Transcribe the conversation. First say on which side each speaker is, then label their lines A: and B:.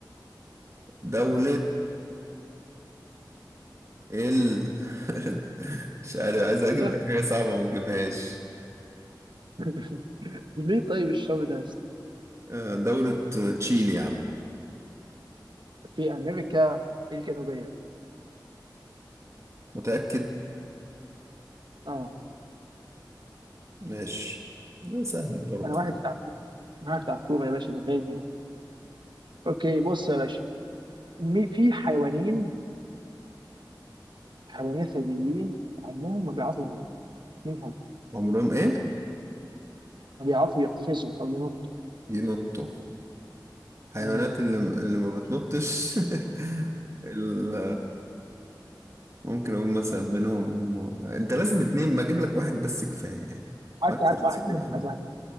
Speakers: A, on the right; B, on the right.
A: دولة ال <laughs> مش عارف عايز أجيب
B: الله
A: لك حاجة صعبة ما تجيبهاش
B: <laughs> ليه طيب الشعب ده
A: آه، دولة تشيلي يا عم
B: في أمريكا الجنوبية
A: متأكد
B: اه
A: ماشي ده سهل برضه
B: أنا واحد بتاع كوبا أنا واحد بتاع كوبا يا باشا من أوكي بص يا باشا مي- في حيوانين حيوانين ثديين عمهم ما بيعرفوا ينطوا منهم
A: عمرهم إيه
B: ما بيعرفوا يقفزوا أو ينطوا
A: ينطوا حيوانات
B: مم.
A: اللي اللي ما بتنطش <laughs> ال- ممكن اقول مثلا منهم انت لازم اتنين ما اجيب لك واحد بس كفاية يعني
B: عارف
A: ما تسيب
B: عارف واحد
A: واحد
B: منهم عارف
A: ده
B: واحد